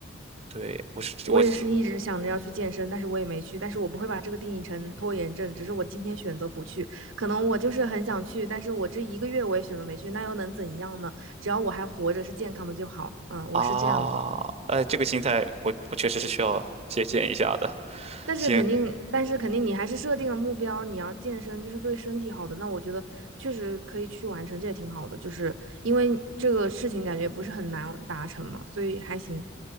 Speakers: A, on the right; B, on the right.
A: 对，我是我是
B: 我也是一直想着要去健身，但是我也没去。但是我不会把这个定义成拖延症，只是我今天选择不去。可能我就是很想去，但是我这一个月我也选择没去，那又能怎样呢？只要我还活着，是健康的就好。嗯，
A: 啊，
B: 我是这样子。
A: 呃，这个心态我我确实是需要借鉴一下的。
B: 但是肯定，
A: 行，
B: 但是肯定，你还是设定了目标，你要健身，就是对身体好的。那我觉得确实可以去完成，这也挺好的。就是因为这个事情感觉不是很难达成嘛，所以还行。